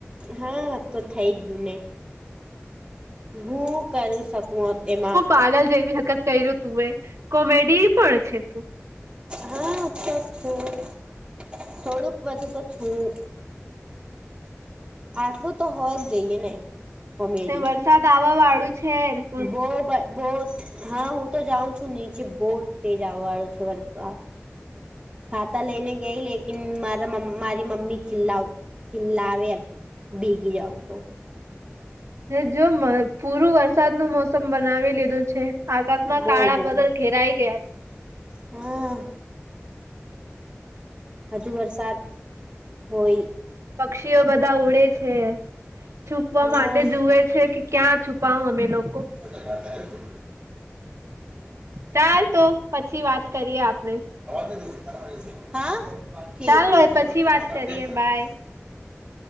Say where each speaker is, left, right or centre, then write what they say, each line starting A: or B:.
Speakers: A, on the right (about 20°); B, on the right (about 80°).
A: હા તો થઈ ગયું ને ગું કરી શકું એમાં
B: પાગળ જેવી હકત કર્યું તું એ કોમેડી પણ છે તું
A: હા તો છૂટ થોડુંક બાજુ તો છૂટ આટલું તો હો જ જઈએ ને કોમેડી
B: વરસાદ આવવા વાળું છે એ
A: બો બો હા હું તો જાઉ છું ન પ બહુ તેજ આવવા વાળું છે વર્તન છાતા લેને ગઈ લકન મારા મારી મમી ચિલ્લા છેિલ્લા આવે ભીગી જાાવ તો
B: હ જો પૂરું વરસાદ નું મોસમ બનાવી લીધું છે આકાશમાં
A: બો
B: કાળા
A: બો
B: બદલ ઘેરાઈ ગયા
A: હા હજુ વરસાદ હોય
B: પક્ષીઓ બધા ઉડે છે છુપવા
A: હા
B: માટે જુએ છે કે ક્યાં છુપાવ અમે લોકો
A: કદ ઘા થ તો
B: ચાલ તો પછી વાત કરીએ આપડે
A: હાઠક
B: ચાલો પછી વાત કરીએ બાય